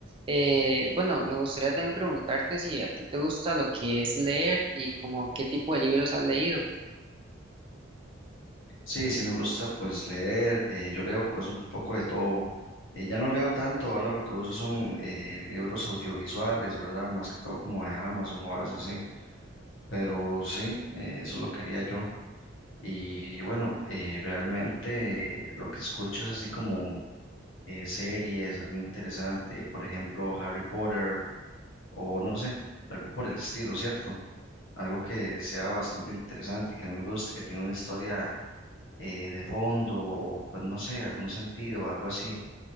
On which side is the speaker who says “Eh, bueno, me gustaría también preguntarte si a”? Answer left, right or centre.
Right